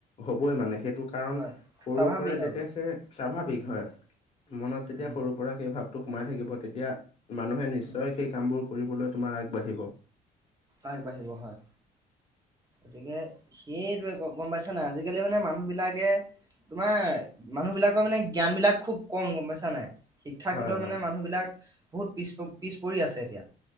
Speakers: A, on the left (about 35°); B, on the right (about 20°).
A: হ'বই মানে সে টো কাৰণ
B: হয়
A: সৰুৰ
B: স্বাভাৱিক
A: পৰা যেতিয়া
B: আৰু
A: সে স্বাভাৱিক
B: উম
A: হয় মনত তেতিয়া
B: উম
A: সৰু পৰা সেই ভাৱটো সোমাই থাকিব তেতিয়া মানুহে নিশ্চয়
B: উম
A: সেই কামবোৰ কৰিবলৈ তোমাৰ আগবাঢ়িব।
B: আগবাঢ়িব, হয়। গতিকে সেইটোৱে আক' গম পাইছা নাই? আজি-কালি মানে মানুহ বিলাকে তোমাৰ মানুহবিলাকৰ মানে জ্ঞান বিলাক খুব কম, গম পাইছা নাই? শিক্ষাৰ
A: হয়
B: ক্ষেত্ৰত
A: হয়
B: মানে মানুহবিলাক বহুত পিছ পিছ পৰি আছে এতিয়া।